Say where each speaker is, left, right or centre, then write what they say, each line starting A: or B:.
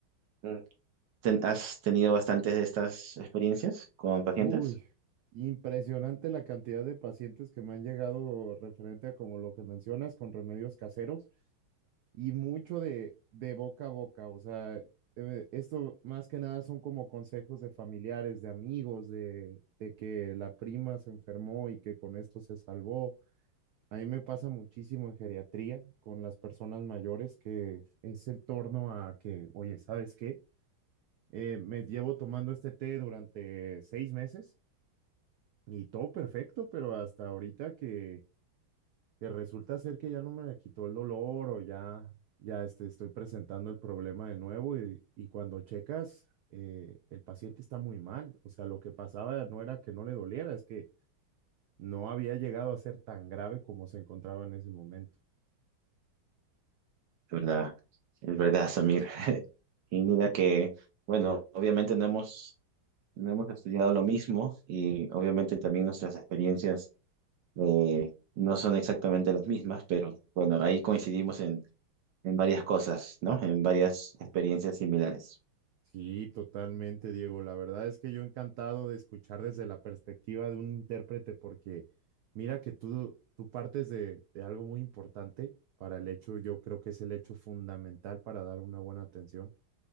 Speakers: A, on the right; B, on the right.
A: mm, ten- has tenido bastantes de estas experiencias con pacientes?
B: Uy, impresionante la cantidad de pacientes que me han llegado referente a como lo que mencionas con remedios caseros y mucho de, de boca a boca. O sea, eh, esto más que nada son como consejos de familiares, de amigos, de, de que la prima se enfermó y que con esto se salvó. A mí me pasa muchísimo en geriatría con las personas mayores que es el torno a que, oye, ¿sabes qué? Eh, me llevo tomando este té durante seis meses y todo perfecto, pero hasta ahorita que, que resulta ser que ya no me quitó el dolor o ya, ya este, estoy presentando el problema de nuevo y, y cuando checas, eh, el paciente está muy mal. O sea, lo que pasaba no era que no le doliera, es que no había llegado a ser tan grave como se encontraba en ese momento.
A: Es verdad, es verdad, Samir. Y mira que, bueno, obviamente no hemos no hemos estudiado lo mismo y obviamente también nuestras experiencias eh, no son exactamente las mismas, pero bueno, ahí coincidimos en, en varias cosas, ¿no? En varias experiencias similares.
B: Sí, totalmente, Diego. La verdad es que yo encantado de escuchar desde la perspectiva de un intérprete, porque mira que tú, tú partes de, de algo muy importante para el hecho, yo creo que es el hecho fundamental para dar una buena atención,